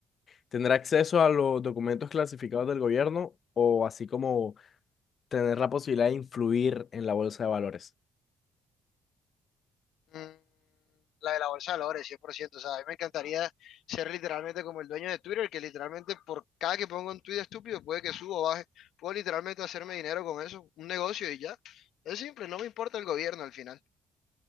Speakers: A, on the left; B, on the left.
A: tener acceso a los documentos clasificados del gobierno o así como tener la posibilidad de influir en la bolsa de valores?
B: Mm, La de la bolsa de valores, cien por ciento O sea, a mí me encantaría ser literalmente como el dueño de Twitter, que literalmente por cada que pongo un tweet estúpido, puede que suba o baje. Puedo literalmente hacerme dinero con eso, un negocio y ya. Es simple, no me importa el gobierno al final.